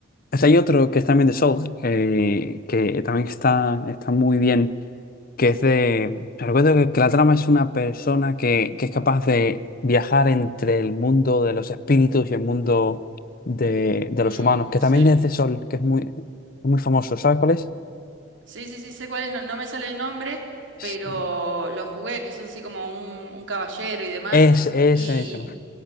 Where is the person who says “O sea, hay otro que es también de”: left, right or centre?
Left